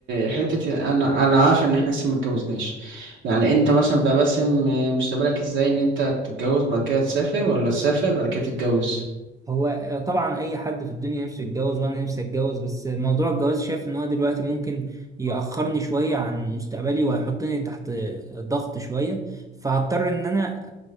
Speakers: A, on the right; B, on the right.
A: حتة انا انا عارف ان احنا لسه ما اتجوزناش يعني انت مثلا بقى باسم مستقبلك ازاي ان انت تتجوز بعد كده تسافر ولا تسافر بعد كده تتجوز
B: هو آه، طبعا اي حد في الدنيا نفسه يتجوز وانا نفسي اتجوز بس موضوع الجواز شايف ان هو دلوقتي ممكن يأخرني شوية عن مستقبلي وهيحطني تحت ضغط شوية فهضطر ان انا